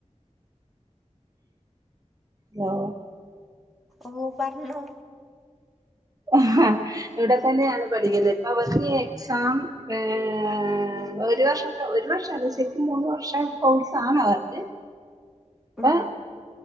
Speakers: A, on the right; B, in the centre.
A: ഹലോ
B: ഓ പറഞ്ഞോ
A: <unintelligible> ഇവിടെ തന്നെയാണ് പഠിക്കുന്നത് ഇപ്പ അവർക്ക് എക്സാം ആ- ഒരു വർഷത്തെ ഒരു വർഷം അത് ശരിക്കും മൂന്ന് വർഷം കോഴ്‌സാണ് അവർക്ക് ഇപ്പൊ
B: ഉം